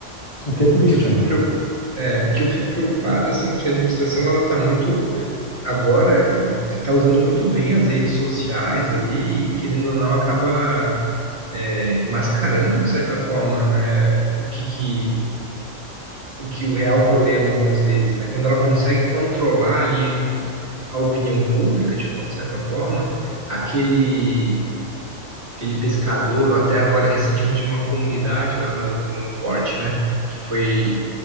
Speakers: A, on the left; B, on the right.
A: O que é triste,
B: o que eu fico
A: né?
B: preocupado, É, o que eu fico preocupado, assim, é que a administração ela está muito agora está usando muito bem as redes sociais ali, e, querendo ou não, acaba é, mascarando, de certa forma, né, o que, que, o que o real problema algumas vezes, né? Quando ela consegue controlar ali a opinião pública, de fo- de certa forma, aquele aquele pescador, ou até agora recentemente uma comunidade lá no, no forte, né? Que foi,